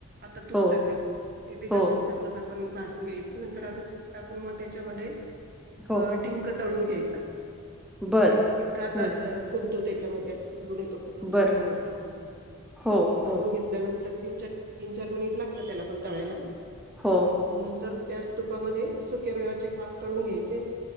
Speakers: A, on the right; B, in the centre.
A: आता तूप
B: हो
A: टाकायचं ते बिगर
B: हो
A: तुपातलं झा ण भाजून घ्यायच नंतर आता तूप टाकून मग त्याच्यामध्ये
B: हो
A: अ डिंक तळून घ्यायचा
B: बरं
A: डिंक अस
B: हम्म
A: अ फुलतो ते च्यामध्ये अस फुलू देतो
B: बरोबर
A: डिंक टाकल तर
B: हो
A: फक्त तळून
B: हो
A: घेतल्यानंतर तिन च तीन चार मिनिट लागतं त्याला पण तळायला
B: हो
A: नंतर त्याच तुपामध्ये सुक्या मेवाचे काप तळून घ्यायचे